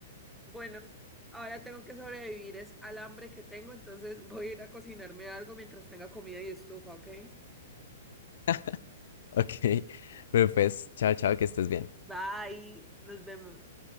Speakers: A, in the centre; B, on the left.
A: Bueno, ahora tengo que sobrevivir es al hambre que tengo, entonces voy a ir a cocinarme algo mientras tenga comida y estufa, ¿ok?
B: <laughs> Ok. Bueno, pues, chao, chao, que estés bien.
A: Bye, nos vemos.